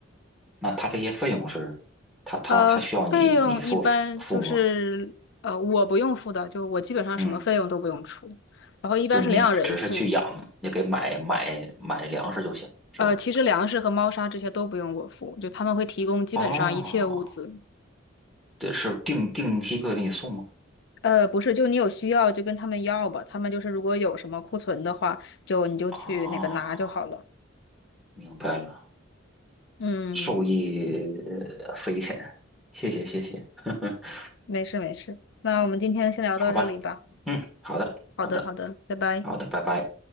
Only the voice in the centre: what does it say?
那他这些费用是，他他他需要你你付付吗？
嗯，
就你只是去养，也给买买买粮食就行，是吧？
哦，这是定定期会给你送吗？
啊，明白了，
受益呃匪浅，谢谢谢谢。<laughs>
好吧，嗯，好的，
好的，
好的，拜拜。